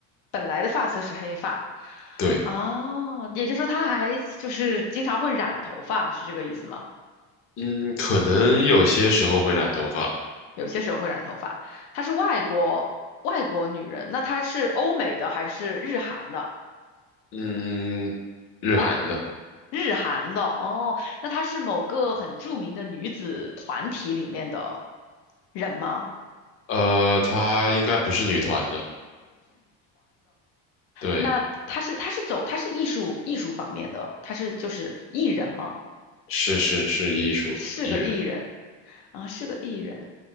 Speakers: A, on the left; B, on the left.
A: 本来的发色是黑发，
B: 对，
A: 哦，也就是说她还就是经常会染头发，是这个意思吗？
B: 嗯，可能有些时候会染头发，
A: 有些时候会染头发，她是外国外国女人，那她是欧美的还是日韩的？
B: 嗯，日韩的，
A: 日韩的哦，那她是某个很著名的女子团体里面的人吗？
B: 呃，她应该不是女团的。对，
A: 那她是她是走她是艺术艺术方面的，她是就是艺人吗？
B: 是是是艺术艺人，
A: 是个艺人啊，是个艺人。